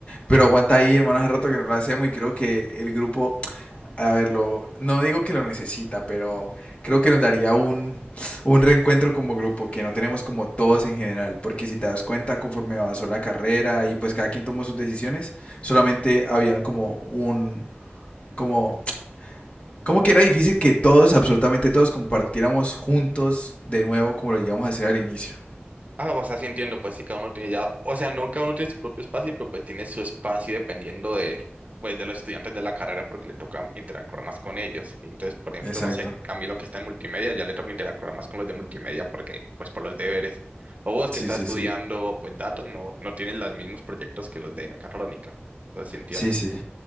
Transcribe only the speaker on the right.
Ah, o sea, sí entiendo, pues sí, cada uno tiene ya, o sea, no cada uno tiene su propio espacio, pero pues tiene su espacio dependiendo de, pues, de los estudiantes de la carrera porque le toca interactuar más con ellos. Y entonces, por ejemplo,
no sé, Camilo que está en multimedia, ya le toca interactuar más con los de multimedia porque, pues, por los deberes. O vos
que estás
estudiando,
pues, datos, no, no tienes los mismos proyectos que los de mecatrónica. Entonces, sí entiendo.